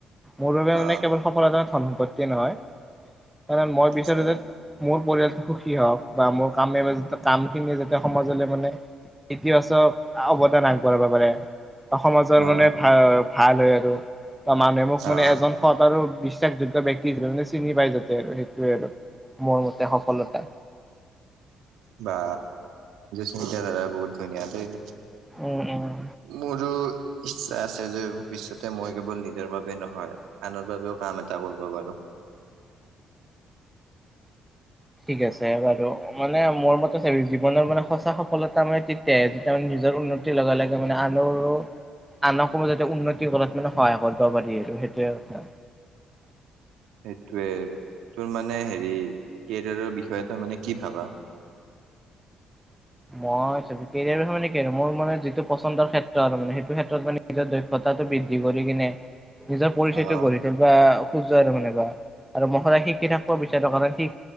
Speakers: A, in the centre; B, on the right.
A: মোৰ বাবে
B: অ
A: মানে, কেৱল সফলতা ধন সম্পত্তিয়ে নহয়। কাৰণ মই
B: আচ্ছা
A: বিচাৰো যে, মোৰ পৰিয়ালটো সুখী হওঁক, বা মোৰ কামে মে কাম খিনিয়ে যেন তে সমাজলৈ মানে, ইতিবাচক অৱদান আগবঢ়াব পাৰে। ত সমাজৰ
B: অ
A: মানে ভা- ভাল হয় আৰু, মানুহে মোক মানে
B: অ
A: এজন সৎ আৰু বিচ যোগ্য ব্যক্তি হিচাপে চিনি পাই যাতে আৰু সেইটোৱে আৰু, মোৰ মতে সফলতা।
B: বা <unintelligible> ধাৰা বহুত ধুনীয়া দেই
A: উম উম
B: মোৰো ইচ্ছা আছে যে ভৱিষ্যতে মই কেৱল নিজৰ বাবে নহয়, আনৰ বাবেও কাম এটা কৰিব পাৰো। <inaudible>
A: ঠিক আছে বাৰু, মানে মোৰ মতে চাবি জীৱনৰ মানে সঁচা সফলতা মানে তেতিয়াহে যেতিয়া মানে নি নিজৰ উন্নতি লগা লগে মানে আনৰো আনকো যাতে উন্নতি কৰাত মানে সহায় কৰবা পাৰি আৰু সেইটো হে কথা।
B: সেতটোৱে তোৰ মানে হেৰি, কেৰিয়াৰৰ বিষয়ে তই মানে কি ভাব?
A: মই সেইটো কেৰিয়াৰৰ বিষয়ে মানে কি আৰু, মোৰ মানে যিটো পচন্দৰ ক্ষেত্ৰ আৰু মানে সেইটো ক্ষেত্ৰত মানে কেতিয়াও দক্ষতাত সিহঁতৰ বৃদ্ধি কৰি কিনে নিজৰ পৰিচয়টো
B: অ',
A: গঢ়ি তুলবা খুজো আৰু মানে বা, আৰু মশ ৰাশিক কেইটা ক বিচ সেটকা ৰাশিক,